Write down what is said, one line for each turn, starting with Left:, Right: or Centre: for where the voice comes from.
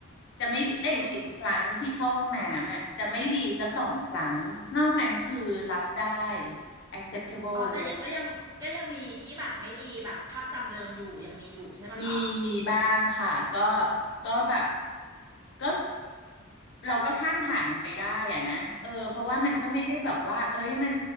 Left: จะไม่ดีเอ้ยสิบครั้งที่เข้าห้องน้ำอ่ะจะไม่ดีจะสองครั้งนอกนั้นคือรับได้
Right: อืมอ่า
Left: acceptable
Right: อ๋อแต่ยังก็ยังก็ยังมีที่แบบไม่ดีแบบภาพจำเดิมอยู่ยังมีอยู่ใช่ปะคะ
Left: เลย มีมีบ้างค่ะก็ก็แบบก็เราก็ข้ามผ่านมันไปได้อะนะเออเพราะว่ามันก็ไม่ได้แบบว่าเอ้ยมัน
Right: อือหือ